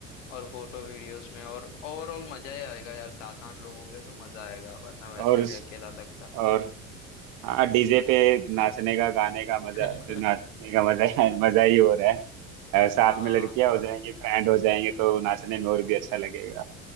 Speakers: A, on the left; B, on the right.
A: और फोटो वीडियोस में और ओवरऑल मजा ही आएगा यार सात आठ लोग होंगे तो मजा आएगा वरना वैसे
B: और
A: भी अकेला लगता
B: और हाँ डीजे पे नाचने का गाने का मजा
A: <laughs>
B: नाचने का मजा ही मजा ही हो रहा है अ, साथ
A: हाँ
B: में लड़कियां हो जाएंगी फ्रेंड हो जाएंगे तो नाचने में और भी अच्छा लगेगा